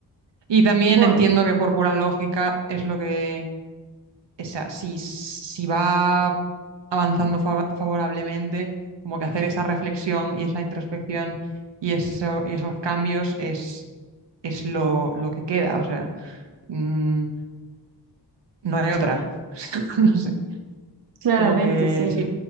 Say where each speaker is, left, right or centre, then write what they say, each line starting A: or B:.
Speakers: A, on the right; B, on the right.
A: Y también
B: Bueno,
A: entiendo que por pura lógica es lo que, o sea, si, si va avanzando fa- favorablemente, como que hacer esa reflexión y esa introspección y, eso, y esos cambios es, es lo, lo que queda, o sea, mm, no hay otra. <laughs> No sé,
B: claramente,
A: como que
B: sí.
A: sí,